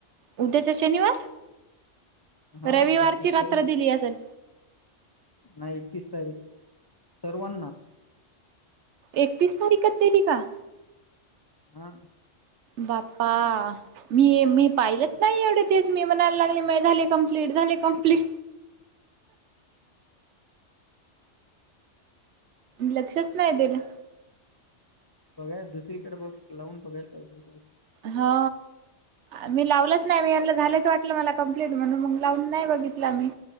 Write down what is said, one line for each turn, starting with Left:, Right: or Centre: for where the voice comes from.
Right: उद्याच्या शनिवार,
Left: हा
Right: रविवारची
Left: एकतीस
Right: रात्र
Left: तारीख
Right: दिली असेल.
Left: नाही एकतीस तारीख सर्वांना.
Right: एकतीस तारीखच दिली का?
Left: हा.
Right: बाप्पा. मी मी पाहिलंत नाही एवढे दिवस मी म्हणायला लागले झाले कमप्लीट झाले कंप्लीट. लक्षच नाही दिलं.
Left: बघाय दुसरीकडे बघ लावून बघायला पाहिजे हो.
Right: हा आम्ही लावल नाही मी हेनला झालेच वाटलं मला कंप्लेट म्हणून मग लावून नाही बघितला मी.